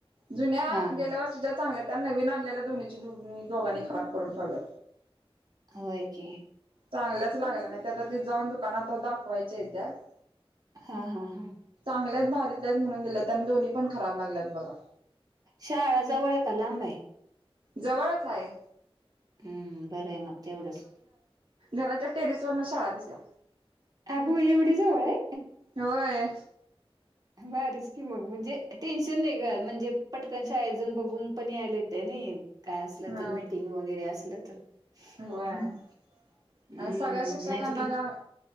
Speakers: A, on the right (about 55°); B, on the right (about 40°).
A: जुन्या
B: हा
A: गेल्या वर्षी च्या चांगल्या त्या नवीन आणलेल्या दोन्हीची दो दोघांनी खराब करून ठेवल्यात.
B: होय की
A: चांगल्याच लागल्या नाही त्या ते जाऊन दुकानात दाखवायच्या ह्यच्यात
B: हा हा हा.
A: चांगल्यात भारीतल्या म्हणून दिलेत दोन्ही पण खराब लागल्यात बघा.
B: शाळा जवळ आहे का लांब आहे?
A: जवळच हाय.
B: हम्म बरं आहे मग तेवढंच
A: घराच्या टेरिस वरन शाळा दिसतीया.
B: अगं बाई एवढी जवळ हाय.
A: होय.
B: भारीच कि मग म्हणजे टेन्शन नाही ग म्हणजे पटकन शाळेत जाऊन बघून पण यायला येतंय. काय असलं
A: हा
B: तर मीटिंग वगैरे असलं तर
A: होय
B: हम्म
A: सगळ्या शिक्षकांना
B: नाहीच
A: गा